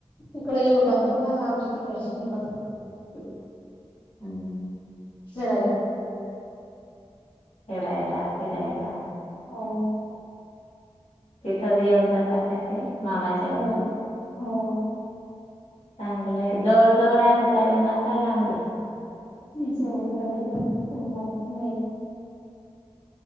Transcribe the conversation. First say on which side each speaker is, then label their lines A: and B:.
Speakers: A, on the left (about 45°); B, on the left (about 85°).
A: इकडे येऊन
B: हम्म
A: लागतात ना <unintelligible>
B: आणि
A: <unintelligible> आहे
B: खेडायला फिरायला
A: हो
B: तिथच येऊन जातात काय ते मामाच्या
A: हो
B: घरी
A: हो
B: चांगलंय जवळ जवळ आहे का रिमा का लांबे आहे.
A: <unintelligible> हो लाग नाही